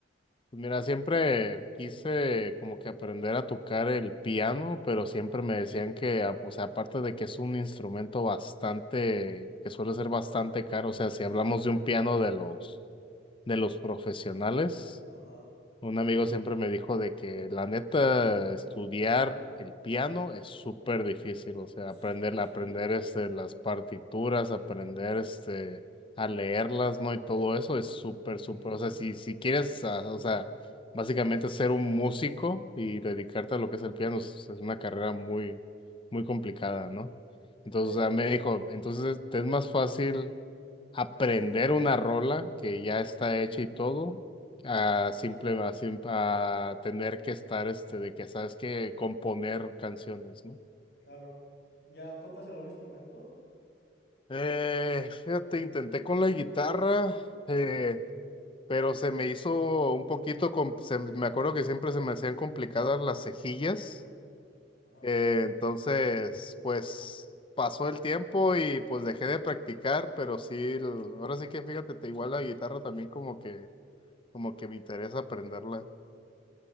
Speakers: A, on the left; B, on the left.
A: pues, mira, siempre quise como que aprender a tocar el piano, pero siempre me decían que, a- o sea, aparte de que es un instrumento bastante, que suele ser bastante caro, o sea, si hablamos de un piano de los, de los profesionales,
B: Ajá,
A: Un amigo siempre me dijo de que la neta estudiar el piano es súper difícil, o sea,
B: sí,
A: aprender, aprender este, las partituras, aprender este, a leerlas, ¿no? Y todo eso es súper,
B: ujú,
A: súper, o sea, si, si quieres, a- o sea, básicamente ser un músico y dedicarte a lo que es el piano, es, es una carrera muy, muy complicada,
B: Difícil.
A: ¿no? Entonces,
B: Eh,
A: o sea, me dijo, entonces te es más fácil aprender
B: ah,
A: una rola que ya está hecha y todo, a simple,
B: ajá,
A: a, sim- a tener que estar este de que sabes que componer canciones, ¿no?
B: claro. ¿Ya tocas algún instrumento?
A: Eh, fíjate, intenté con la guitarra, eh,
B: Ajá,
A: pero se me hizo un poquito, com- se- me acuerdo que siempre se me hacían complicadas las cejillas,
B: ajá.
A: eh, entonces, pues pasó el tiempo y pues dejé de practicar, pero sí, el- ahora sí que fíjate, te igual la guitarra también como que como que me interesa aprenderla.